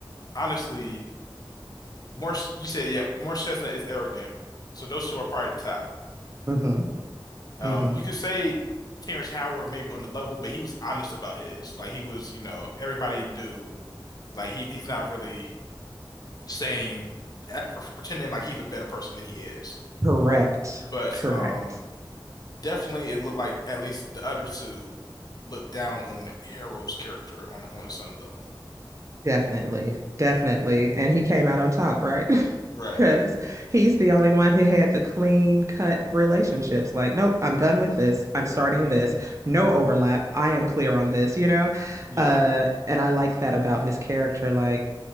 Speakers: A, on the left; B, on the right.
A: honestly Morse, you said, yeah, Morse Chestnut is arrogant. So those two are probably the top.
B: Mm-hmm.
A: Um,
B: Mm-hmm.
A: you could say Terrence Howard maybe on the level, but he was honest about his. Like he was, you know, everybody knew. Like he he's not really saying that, pre- pretending like he's a better person than he is.
B: Correct.
A: But
B: Correct.
A: um, definitely it looked like at least the other two looked down on Harold's character on on a certain level.
B: Definitely. Definitely. And he came out on top, right?
A: Right.
B: Because he's the only one who had the clean cut relationships. Like, nope, I'm done with this. I'm starting
A: hmm
B: this. No overlap. I am clear on this, you know?
A: Yeah.
B: Uh, and I like that about his character, like